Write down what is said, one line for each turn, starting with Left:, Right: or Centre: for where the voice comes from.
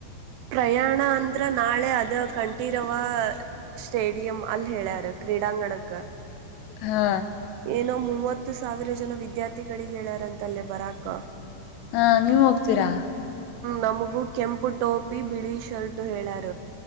Right: ಪ್ರಯಾಣ ಅಂದ್ರ ನಾಳೆ ಅದ ಕಂಠೀರವ ಸ್ಟೇಡಿಯಂ ಅಲ್ಲಿ ಹೇಳ್ಯಾರಕ್ ಕ್ರೀಡಾಂಗಣಕ್ಕ
Left: ಹಾ
Right: ಏನೋ ಮೂವತ್ತು ಸಾವಿರ ಜನ ವಿದ್ಯಾರ್ಥಿಗಳಿಗೆ ಹೇಳಾರಂತಲ್ಲೇ ಬರಾಕ್ಕ
Left: ಹಾ ನೀವ ಹೋಗ್ತೀರಾ
Right: ನಮಗೂ ಕೆಂಪು ಟೋಪಿ ಬಿಳಿ ಶರ್ಟು ಹೇಳಾರ